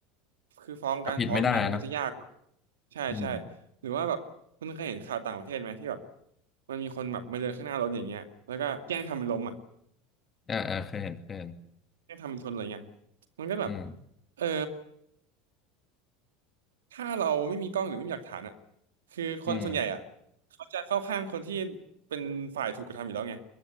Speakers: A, on the right; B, on the left.
A: คือฟ้องการฟ้องอย่างเงี้ยมันก็จะยาก
B: ก็ผิดไม่ได้อะเนอะ
A: ใช่ใช่
B: อืม
A: หรือว่าแบบคุณเคยเห็นข่าวต่างประเทศไหมที่แบบมันมีคนแบบมาเดินข้างหน้ารถอย่างเงี้ยแล้วก็แกล้งทำเป็นล้มอ่ะ
B: อ่าอ่าเคยเห็นเคยเห็น
A: แกล้งทำเป็นชนอะไรเงี้ยมันก็แบบ
B: อืม
A: เออถ้าเราไม่มีกล้องหรือไม่มีหลักฐานอ่ะคือคนส่วนใหญ่อ่ะ
B: อืม
A: เขาจะเข้าข้างคนที่เป็นฝ่ายถูกกระทำอยู่แล้วไง